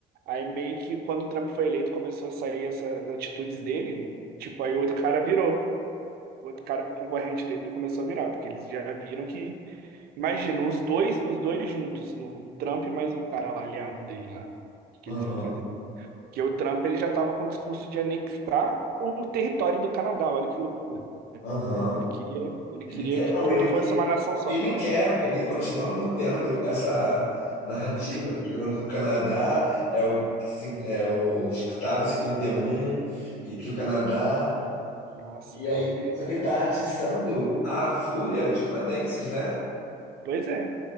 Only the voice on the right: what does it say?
Aí meio que quando o Trump foi eleito, começou a sair essas atitudes dele, tipo, aí o outro cara virou. O outro cara concorrente dele começou a virar, porque eles já viram que. Imagina, os dois, os dois juntos, no, o Trump mais o cara lá aliado dele lá. O que que
eles iam fazer? Porque o Trump ele já tava com o discurso de anexar o território do Canadá, olha que loucura.
Ele queria, ele
queria
que
tudo
fosse uma nação só.
Esse discurso.
Nossa,
cara.
Pois é.